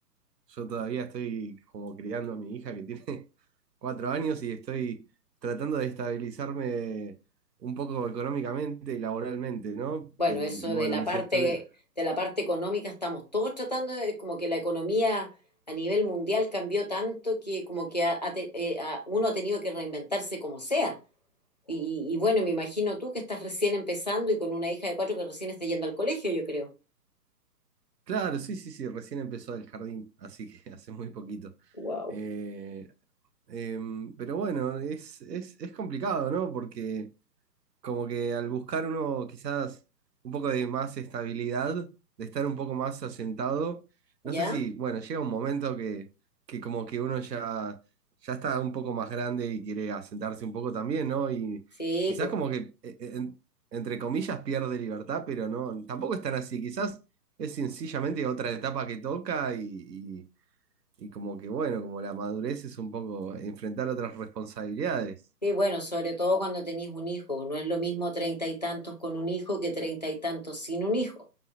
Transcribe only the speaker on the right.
Yo todavía estoy como criando a mi hija que tiene <laughs> cuatro años y estoy tratando de estabilizarme un poco económicamente y laboralmente, ¿no?
Y,
y bueno,
mis
estudios.
Claro, sí, sí, sí, recién empezó el jardín, así que <laughs> hace muy poquito.
Eh, em, pero bueno, es, es, es complicado, ¿no? Porque Como que al buscar uno quizás un poco de más estabilidad, de estar un poco más asentado,
no sé si, bueno, llega un momento que, que como que uno ya, ya está un poco más grande y quiere asentarse un poco también, ¿no? Y
quizás
como que, eh, eh, en- entre comillas, pierde libertad, pero no, tampoco es tan así, quizás es sencillamente otra etapa que toca y, y y como que, bueno, como la madurez es un poco enfrentar otras responsabilidades.